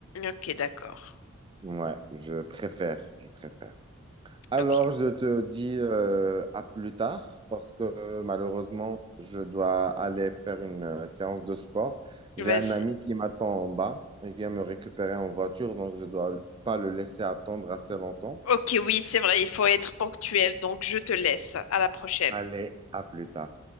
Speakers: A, on the left; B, on the right.
A: Ok, d'accord.
B: Ouais, je préfère, je préfère. Alors,
A: Ok,
B: je te dis euh, à plus tard parce que euh, malheureusement, je dois aller faire une euh, séance de sport. J'ai
A: vas-y.
B: un ami qui m'attend en bas. Il vient me récupérer en voiture, donc je dois pas le laisser attendre assez longtemps.
A: Ok, oui, c'est vrai, il faut être ponctuel, donc je te laisse. À la prochaine.
B: Allez, à plus tard.